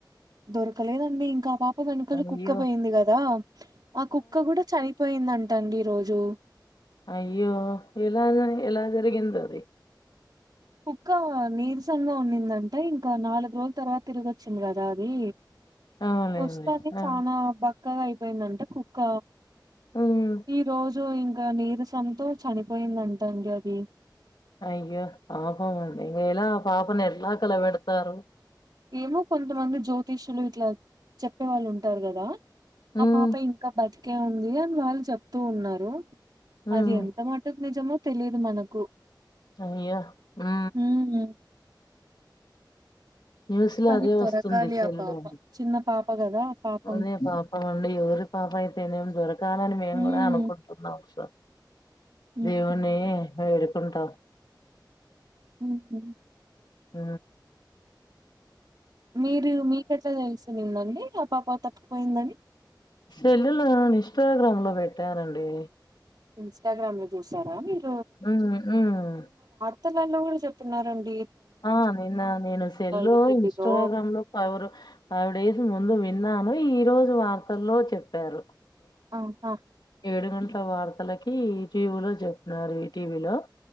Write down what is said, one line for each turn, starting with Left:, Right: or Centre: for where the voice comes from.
Right: దొరకలేదండి ఇంకా ఆ పాప్ ప వెనుకలు కుక్క
Left: అయ్యో
Right: పోయింది కదా ఆ కుక్క కూడ చనిపోయిందం దండి ఈ రోజు
Left: అయ్యో ఎలా ఎలా జరిగిందది
Right: కుక్క నీరసంగా ఉన్నిం నంట్ట ఇంక నాలుగు రోజుల తర్వాత తిరిగి వచ్చింది కదా అది
Left: అవునండి
Right: వస్తానే
Left: ఆ
Right: చానా బక్కగా అయిపోయిందంట కుక్క
Left: ఉమ్
Right: ఈ రోజు ఇంకా నీరసంతో చనిపోయిందంట అండి అది
Left: అయ్యో పాపమండి ఇంగ ఎలా పాపని ఎట్ల కల పెడతారు
Right: ఏమో కొంతమంది జ్యోతిషులు ఇట్లా చెప్పే వాళ్ళు ఉంటారు కదా ఆ
Left: ఉమ్
Right: పాప ఇంకా బతికే ఉంది అని వాళ్ళు చెప్తూ ఉన్నారు
Left: హ్మ్
Right: అది ఎంత మటుకు నిజమో తెలిదు మనకు
Left: అయ్యో ఊ
Right: ఉమ్
Left: న్యూస్ లో
Right: కానీ
Left: అదే వస్తుంది
Right: దొరకాలి
Left: సెల్లో
Right: ఆ పాప చిన్న పాప కదా పాపం
Left: అదే పాపం అండి ఎవరి పాప అయితేనేం దొరకాలని మేము
Right: ఉమ్
Left: కూడ అనుకుంటున్నాం సో
Right: ఉమ్
Left: దేవున్ని వేడుకుంటాం
Right: ఉహు
Left: ఊ
Right: మీరు మీకు ఎట్లా తెలిసిందండి ఆ పాప తప్పి పోయిందని
Left: సెల్లెలు ఇస్టాగ్రామ్ లో పెట్టారండి
Right: ఇస్టాగ్రామ్ లో చూసారా మీరు
Left: ఉ ఉమ్
Right: ఇస్టాగ్రామ్ లో గూడా చెప్పుతున్నారండి
Left: ఆ నిన్న నేను సెల్
Right: ఈటీవీలో
Left: ఇన్స్టాగ్రామ్ లో ఎవరో ఫైవ్ డేస్ ముందు విన్నాను తను ఈ రోజు వార్తల్లో చెప్పారు
Right: ఆహా
Left: ఏడు గంటల వార్తలకి ఈటీవీలో చెప్తున్నారు ఈ టీవీలో